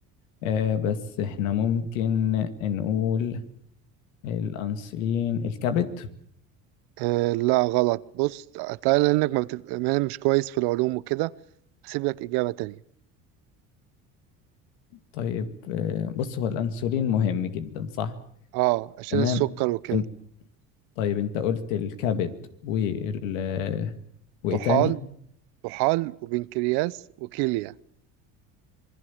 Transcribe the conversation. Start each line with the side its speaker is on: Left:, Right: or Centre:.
Left: آه، بس احنا ممكن نقول الانسولين الكبد
Right: آه لا غلط بص هتلاقي لانك ما بتف... ما مش كويس في العلوم وكده هسيب لك اجابة تانية
Left: طيب آه، بص هو الانسولين مهم جدا صح
Right: اه عشان
Left: تمام
Right: السكر وكده
Left: انت طيب انت قلت الكبد وال وايه
Right: طحال
Left: تاني
Right: طحال وبنكرياس وكلية